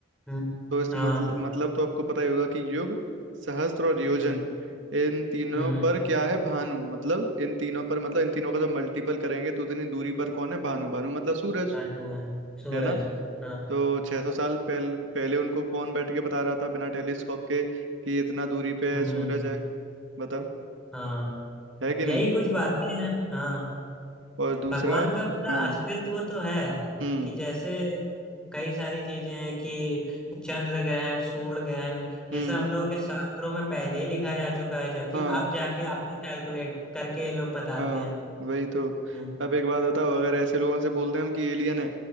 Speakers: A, in the centre; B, on the right (about 85°).
A: हम्म
B: तो इस
A: हाँ
B: मतलब मतलब तो आपको पता ही होगा कि युग सहस्त्र और योजन
A: हम्म
B: इन तीनों
A: हम्म
B: पर क्या है भानु मतलब इन तीनों पर मतलब इन तीनों का जब मल्टीपल करेंगे तो उतनी दूरी पर कौन है भानु भानु मतलब सूरज
A: भानु है सूरज
B: है ना
A: हाँ
B: तो 600 साल पहले पहले उनको कौन बैठ के बता रहा था बिना टेलीस्कोप के कि इतना दूरी पे
A: हम्म
B: सूरज है बताओ
A: हाँ
B: है कि
A: यही
B: नहीं
A: कुछ बातें हैं हाँ
B: और दूसरा
A: भगवान का मतलब
B: हाँ
A: अस्तित्व तो है
B: हम्म
A: कि जैसे कई सारी चीजें हैं कि चंद्र ग्रहण सूर्य ग्रहण ये
B: हम्म
A: सब हम लोगों के शास्त्रों में पहले ही लिखा जा चुका है जबकि
B: हाँ
A: अब जाके अब तो कैलकुलेट करके लोग बताते
B: हाँ
A: हैं
B: वही तो
A: हम्म,
B: अब एक बात बताओ अगर ऐसे लोगों से बोल दें हम कि एलियन है